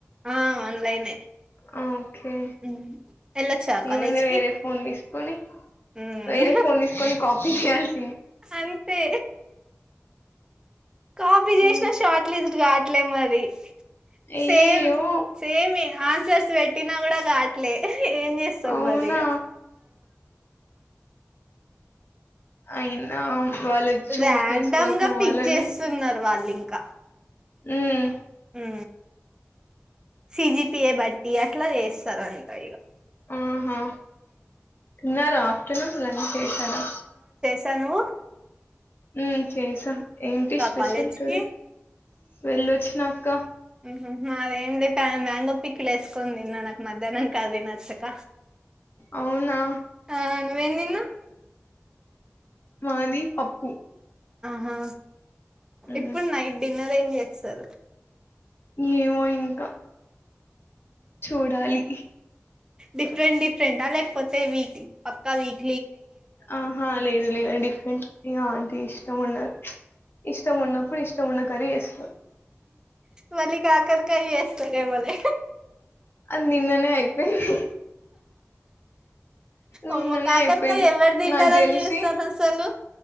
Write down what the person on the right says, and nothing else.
ఆ ఆన్లైనే
ఉమ్. వెళ్ళొచ్చా
కాలేజ్
కి
ఉమ్.
అంతే కాపి చేసిన
షార్ట్లిస్ట్ కా అట్లే మరి
సేమ్ సేమ్ మిహన్ సస్ పెట్టినా కూడా కాట్లే ఏం చేస్తావు
మరి ఇగ
ర్యాండమ్
గా పిక్
చేస్తున్నారు వాళ్ళు క
ఉ సిజిపిఏ బట్టి అట్లా చేస్తారు అంట ఇగ
తను
కాలేజ్
కి
ఉ హు అది ఏమియితే తన మ్యాంగో పికిల్ వేసుకొని తిన్న నాకు మధ్యాహ్నం కాది నచ్చక
ఆ నువ్వేం తిన్నావ్
హా
ఇప్పుడు నైట్ డిన్నర్ ఏం్ చేస్తారు
డిఫరెంట్ డిఫరెంట్ా లేకపోతే వీక్ పక్కా వీక్
మలికాకకాయి అస్త రిమోలే
అమ్మో కాకరకాయ
ఎవరు తింటారని
చేస్తారు అసలు